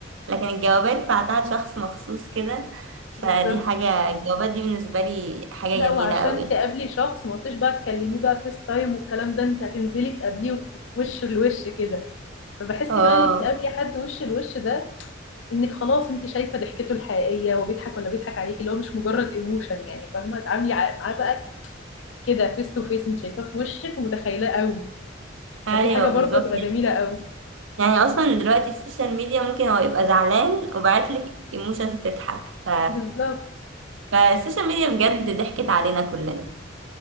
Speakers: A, on the right; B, on the left.
A: لكن الجوابات بعتها لشخص مخصوص كده فدي
B: بالظبط
A: حاجة الجوابات دي بالنسبة لي حاجة
B: لا
A: جميلة
B: وعشان
A: قوي
B: تقابلي شخص ما قلتش بقى تكلميه بقى فيس تايم والكلام ده انت هتنزلي تقابليه وش لوش كده فبحس
A: اه
B: كمان انك تقابلي حد وش لوش ده انك خلاص انت شايفه ضحكته الحقيقيه وبيضحك ولا بيضحك عليكي اللي هو مش مجرد ايموشن يعني فاهمه تعاملي ع- معاه بقى كده فيس تو فيس انت شايفاه في وشك ومتخيلاه قوي
A: ايوه
B: فدي حاجة برضه
A: بالظبط
B: هتبقى جميلة قوي
A: يعني اصلا دلوقتي السوشيال ميديا ممكن هو يبقى زعلان وبعتلك ايموشنز تضحك ف
B: بالظبط
A: فالسوشيال ميديا بجد ضحكت علينا كلنا